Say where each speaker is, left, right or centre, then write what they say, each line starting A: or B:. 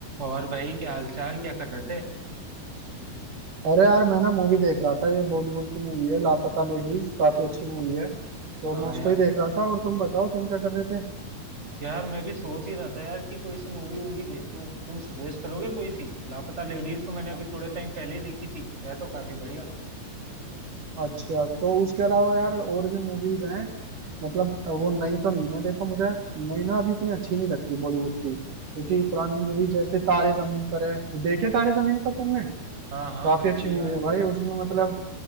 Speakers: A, on the right; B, on the right.
A: और भाई क्या हालचाल क्या कर रहे थे
B: अरे यार मैं ना मूवी देख रहा था ये बॉलीवुड की मूवी है लापता लेडीज काफी अच्छी मूवी है तो
A: हाँ
B: मैं उसको
A: यार
B: ही देख रहा था और तुम बताओ तुम क्या कर रहे थे
A: यार मैं भी सोच ही रहा था यार कि कोई सी मूवी वूवी देख लूं तुम सजेस्ट करोगे कोई सी लापता लेडीज तो मैंने अभी
B: अ-
A: थोड़े टाइम पहले ही देखी थी है तो काफी बढ़िया
B: अच्छा तो उसके अलावा यार और भी मूवीज हैं मतलब अ, वो नई तो नहीं है देखो मुझे नई ना अभी इतनी अच्छी नहीं लगती बॉलीवुड की क्योंकि पुरानी मूवी जैसे तारे जमीन पर है देखे तारे जमीन पर तुमने
A: हाँ हाँ
B: काफी
A: बिल्कुल
B: अच्छी मूवी
A: यार
B: है भाई उसमें मतलब